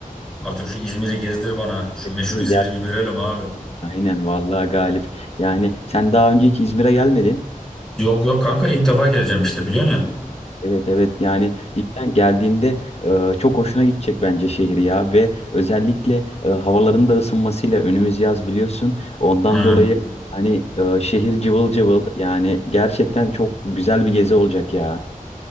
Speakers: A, in the centre; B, on the left (about 45°).
A: Artık şu İzmir'i gezdir bana. Şu
B: Evet,
A: meşhur
B: değil
A: İzmir'i
B: mi? Gel.
A: bir görelim abi.
B: Aynen valla Galip. Yani sen daha önce hiç İzmir'e gelmedin.
A: Yok yok kanka ilk defa geleceğim işte biliyorsun ya.
B: Evet evet yani cidden geldiğinde e, çok hoşuna gidecek bence şehir ya ve özellikle e, havaların da ısınmasıyla önümüz yaz biliyorsun ondan
A: Aynen.
B: dolayı hani e, şehir cıvıl cıvıl yani gerçekten çok güzel bir gezi olacak ya.